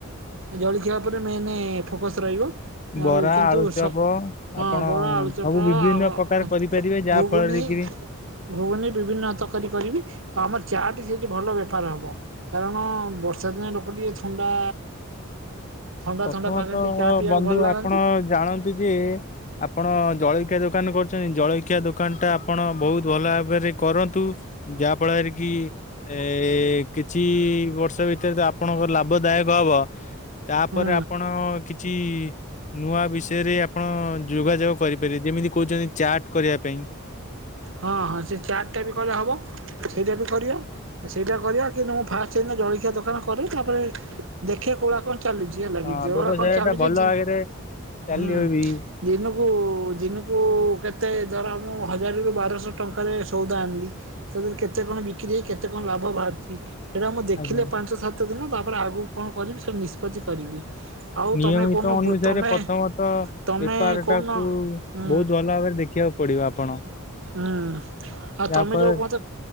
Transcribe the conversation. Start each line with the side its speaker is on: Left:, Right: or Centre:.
Right: ଆ ଜଳଖିଆ ଓପରେ ମେନେ ଫୋକସ୍ ରହିବ।
Left: ବରା
Right: ଆଉ କିନ୍ତୁ
Left: ଆଳୁଚପ
Right: ସ ହଁ
Left: ଆପଣ
Right: ବରା ଆଳୁଚପ
Left: ସବୁ ବିଭିନ୍ନ
Right: ଆଉ ଅଁ
Left: ପ୍ରକାର କରିପାରିବେ ଯାହା
Right: ଗୁଗୁନି
Left: ଫଳରେ କିରି
Right: ଘୁଗୁନି ବିଭିନ୍ନ ତକାରୀ କରିବି ଆମର ଚା ଟି ସେଇଠି ଭଲ ବେ ପାର ହବ କାରଣ ବର୍ଷା ଦିନେ ଲୋକ ଟିକେ ଥଣ୍ଡା ଥଣ୍ଡା
Left: ପ୍ରଥମତଃ
Right: ଥଣ୍ଡା ପାଗରେ ଟିକେ ଚା ପିଇବାକୁ
Left: ବନ୍ଧୁ
Right: ଭଲ ଲାଗନ୍ତି।
Left: ଆପଣ ଜାଣନ୍ତୁ ଯେ ଆପଣ ଜଳଖିଆ ଦୋକାନ କରୁଛନ୍ତି ଜଳଖିଆ ଦୋକାନଟା ଆପଣ ବୋହୁତ୍ ଭଲ ଭାବରେ କରନ୍ତୁ। ଯାଆପଳାରେ କି ଏ କିଛି ବର୍ଷ ଭିତରେ ତ ଆପଣଙ୍କ ଲାଭଦାୟକ ହବ।
Right: ହୁଁ
Left: ଓପରେ ଆପଣ କିଛି ନୂଆ ବିଷୟରେ ଆପଣ ଯୋଗାଯୋଗ କରିପାରିବେ ଯେମିତି କହୁଛନ୍ତି ଚାଟ୍ କରିବା ପାଇଁ।
Right: ହଁ ହଁ ସେ ଚାର୍ଟଟା ବି କଲେ ହବ ସେଇଟା ବି କରିଆ। ସେଇଟା କରିବା କିନ୍ତୁ ମୁଁ ଫାର୍ଷ୍ଟ ଏଇନା ଜଳଖିଆ ଦୋକାନ କରେ ତାପରେ ଦେଖେ କଉଭଳିଆ କଣ ଚାଲୁଛି। ବୁଝିହେଲାକି
Left: ହଁ
Right: ଯଉ
Left: ବ୍ୟବସାୟ
Right: ଗୁଡା କଣ ଚାଲୁଛି
Left: ଟା ଭଲ
Right: <unintelligible>
Left: ଆଗରେ ଚାଲିବ
Right: ହୁଁ।
Left: ବି
Right: ଦିନକୁ ଦିନକୁ କେତେ ଧର ମୁଁ ହଜାରରୁ ବା ବାରଶହ ଟଙ୍କାରେ ସଉଦା ଆଣିଲି ତା ଦେହରେ କେତେ କଣ ବିକ୍ରି ହେଇ କେତେ କଣ ଲାଭ ବାହାରୁଛି। ସେଇଟା ମୁଁ ଦେଖିଲେ
Left: ଆଜ୍ଞା।
Right: ପାଞ୍ଚ, ସାତ ଦିନ ତାପରେ ଆଗକୁ କଣ କରିବି ସେ ନିଷ୍ପତି କରିବି। ଆଉ
Left: ନିୟମିତ
Right: ତମେ କଣ
Left: ଅନୁସାରେ
Right: ତମେ
Left: ପ୍ରଥମତ
Right: ତମେ
Left: ବେପାର
Right: କହୁନ
Left: ଟାକୁ
Right: ଉଁ
Left: ବହୁତ ଭଲ ଭାବରେ ଦେଖିବା ପଡ଼ିବ ଆପଣ।
Right: ଅଁ ଆଉ
Left: ଯାହା
Right: ତମେ
Left: ଫଳରେ
Right: ଯୋଉ ମତେ।